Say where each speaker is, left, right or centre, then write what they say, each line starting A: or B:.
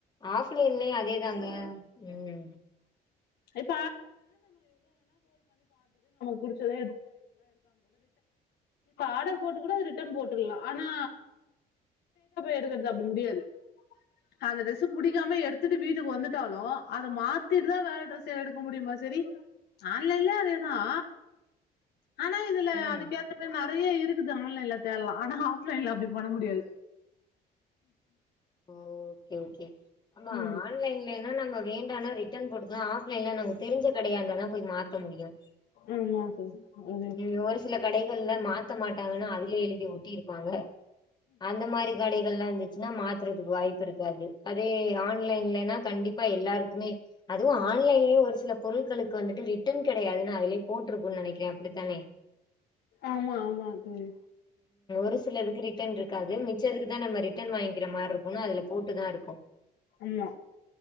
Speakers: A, on the left; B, on the left.
A: ஆஃப்லைன்லேயும் அதே தாங்க ம்
B: ர புடிச்சத ஆர்டர் போட்டுறலாம் ஆனா எடுக்கறது அது முடியாது அந்த டிரஸ் பிடிக்காம எடுத்துட்டு வீட்டுக்கு வந்துட்டாலும் அத மாத்திட்டுதான் வேற எடுக்க முடியுமா சரி ஆன்லைலே அதேதான் ஆனா இதுல
A: ம்.
B: அதுக்கேத்த பே அது நிறைய இருக்குது ஆன்லைன்ல தேடலாம் ஆனா ஆஃப் லைன்ல அப்படி பண்ண முடியாது
A: அ ஓகே ஓகே ஆமா
B: ம்
A: ஆன்லைன்ல ஏன்னா நம்ம வேண்டாம்னா ரிட்டர்ன் போட்டுக்கலாம் ஆப்லைன்ல நமக்கு தெரிஞ்ச கடையா இருந்தா தான் போய் மாத்த முடியும்
B: ஆமா சார் அதே
A: ம் ஒரு சில கடைகள்ல மாத்த மாட்டாங்கன்னு அவுகளே எழுதி ஒட்டி இருப்பாங்க அந்த மாரி கடை தெல்லா இருந்துச்சுன்னா மாத் குறதுக்கு வாய்ப்பு இருக்காது அதே ஆன்லைன்லேனா கண்டிப்பா எல்லாருக்குமே அதுவும் ஆன்லைன்லையும் ஒரு சில பொருள்களுக்கு வந்துட்டு ரிட்டர்ன் கிடையாதுன்னு அதுலயே போட்ருக்கும்னு நெனைக்கிறேன் அப்புடித்தானே
B: ஆமா ஆமா தோழி
A: அ சில எடுக்குறி ட்டன்ட்ருக்காது மிச்சத்துக்கு தா நம்ம ரிட் டன் வாங்கிற மார்ருக் வங்க அதுல போட்டு தா இருக்கோ
B: ஆமா